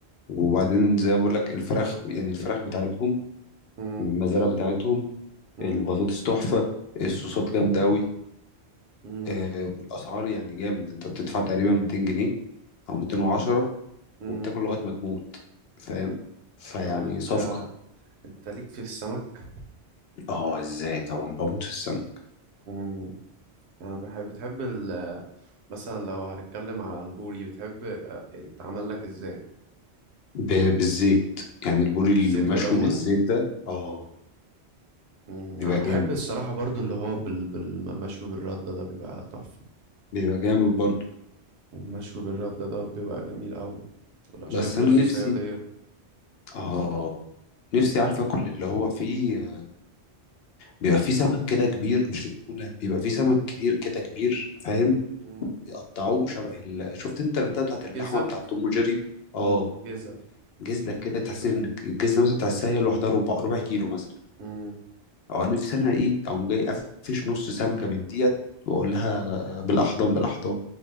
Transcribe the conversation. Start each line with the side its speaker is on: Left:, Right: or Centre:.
Left: وبعدين
Right: مم.
Left: زي ما بقول لك الفراخ يعني الفراخ بتاعتهم
Right: مم.
Left: من المزارع بتاعتهم
Right: مم.
Left: البطاطس تحفة الصوصات جامدة أوي
Right: مم.
Left: آه والأسعار يعني جامد أنت بتدفع تقريبا 200 جنيه أو 210
Right: مم.
Left: وبتاكل لغاية ما تموت فاهم فيعني
Right: طب أنت
Left: صفقة
Right: انت ليك في السمك
Left: اه ازاي طبعا بموت في السمك
Right: مم. انا بحب بتحب ال... مثلا لو هنتكلم على البوري بتحب اه، يتعمل لك ازاي
Left: ب- بالزيت يعني البوري المشوي
Right: زيت وليمون
Left: بالزيت ده اه
Right: مم.
Left: بيبقى
Right: انا بحب
Left: جامد
Right: الصراحة برضو اللي هو بال... بالمشوي بالردة ده بيبقى تحفة
Left: بيبقى جامد برضو
Right: المشوي بالردة ده بيبقى جميل قوي ولا شوية
Left: بس
Right: رز
Left: أنا نفسي
Right: صيادية
Left: اه نفسي عارف اكل اللي هو فيه بيبقى فيه سمك كده كبير مش التونة بيبقى فيه سمك كتير كده كبير فاهم
Right: مم.
Left: يقطعوه شبه ال... شفت انت البتاع بتاعت اللحمه
Right: جزل
Left: بتاعت توم وجيري
Right: مم.
Left: اه
Right: جزل
Left: جزله كده تحس ان الجزله مثلا بتاعت هي لوحدها ربع ربع كيلو مثلا
Right: مم.
Left: او انا نفسي انا ايه اقوم جاي قفش نص سمكه من ديت واقول
Right: مم.
Left: لها بالاحضان بالاحضان